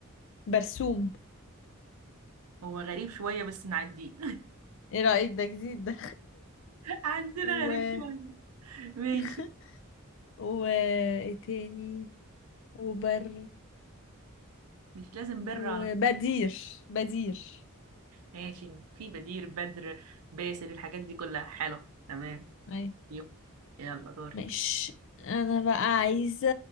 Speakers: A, on the left; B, on the right.
A: برسوم
B: هو غريب شوية بس نعديه
A: ايه رأيك ده جديد ده
B: عندنا
A: و
B: غريب شوية ماشي
A: <laughs> و ايه تاني وبر
B: مش لازم بر
A: وبدير
B: على طول
A: بدير
B: ماشي في بدير بدر باسل الحاجات دي كلها حلو تمام
A: اي
B: يو يلا دورك
A: مش انا بقى عايزة